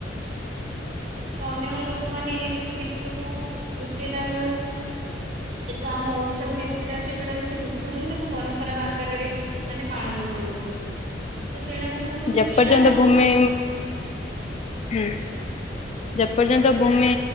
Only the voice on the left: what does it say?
ଯେପର୍ଯ୍ୟନ୍ତ
ଭୂମି
ହୁଁ ଯେପର୍ଯ୍ୟନ୍ତ
ଭୂମି